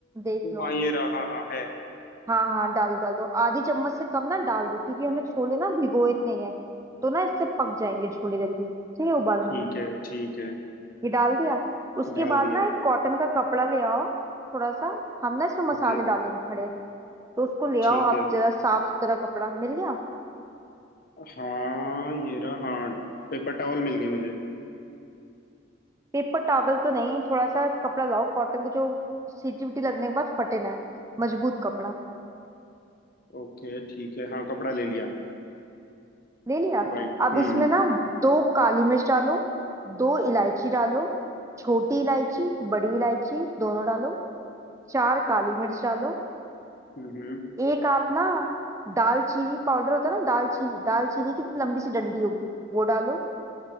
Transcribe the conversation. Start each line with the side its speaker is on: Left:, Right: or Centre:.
Right: देख लो
Left: हाँ ये रहा हाँ हाँ है
Right: हाँ हाँ डालो डालो आधी चम्मच से कम ना डाल दो क्योंकि हमने छोले ना भिगोए नहीं है तो ना इससे पक जाएंगे छोले जल्दी ठीक है उबालने
Left: ठीक
Right: में
Left: है ठीक है
Right: ये डाल दिया उसके
Left: डाल
Right: बाद
Left: दिया
Right: ना एक कॉटन का कपड़ा ले आओ थोड़ा सा हम ना इसमें मसाले
Left: ओके
Right: डालेंगे खड़े तो उसको ले
Left: ठीक
Right: आओ आप
Left: है
Right: जरा साफ सुथरा कपड़ा मिल गया
Left: हाँ ये रहा हाँ पेपर टॉवल मिल गई मुझे
Right: पेपर टॉवल तो नहीं थोड़ा सा कपड़ा लाओ कॉटन का जो सीटी उटी लगने के बाद फटे ना मजबूत कपड़ा
Left: ओके ठीक है हाँ कपड़ा ले लिया
Right: ले लिया
Left: वाइट
Right: अब
Left: हम्म
Right: इसमें ना दो काली मिर्च डालो दो इलायची डालो छोटी इलायची बड़ी इलायची दोनों डालो चार काली मिर्च डालो
Left: हम्म हम्म।
Right: एक आप ना दालचीनी पाउडर होता है ना दालचीनी दालचीनी की लंबी सी डंडी होगी वो डालो